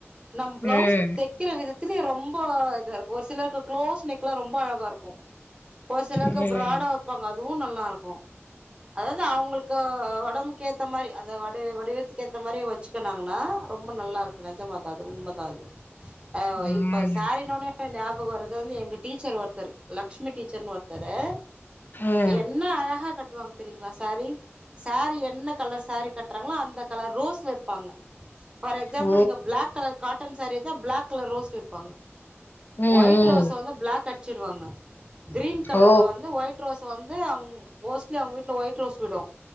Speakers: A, on the right; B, on the left.
A: நம் ப்ளவுஸ்
B: ம்
A: தெக்கிற விதத் இதுத்லியு ரொம்போ இத இருக்கு ஒரு சிலருக்கு க்ளோஸ் நெக்லா ரொம்ப அழகா இருக்கு ஒரு சிலருக்கு
B: ம்
A: பிராடா வைப்பாங்க அதுவு வும் நல்லாருக்கு அதாவது அவங்களுக்கு உடம்புக்கு ஏத்த மாரி அந்த வடி வடிவத்துக்கு ஏத்த மாரி வச்சுக்கனாங்கன்னா ரொம்ப நல்லா இருக்கு நெஜமா தா அது உண்ம தா அது ஆ
B: ம்
A: இப்ப ஸரின்னோனே ஞாபக வரது வந்து எங்க டீச்சர் ஒருத்தரு லக்ஷ்மி டீச்சர்னு ஒருத்தரு
B: ம் ம்
A: என்ன அழகா கட்டுவாங்க தெரியங்களா சாரீ சாரீ என்ன கலர் சாரீ கட்டுறாங்களோ அந்த கலர் ரோஸ் வைப்பாங்க ஃபார் எக்ஸாம்பிள்
B: ஓ
A: நீங்க பிளாக் கலர் காட்டன் சாரீ வச்சா பிளாக் கலர் ரோஸ் வைப்பாங்க
B: ம் ம்
A: ஒயிட் ரோஸ் வந்து பிளாக் அட் வச்சிருவாங்க கிரீன் கலர
B: ஓ
A: வந்து ஒயிட் ரோஸ் வந்து அவங் மோஸ்ட்லி அவங்க வீ்ட்ல ஒயிட் ரோஸ் விடு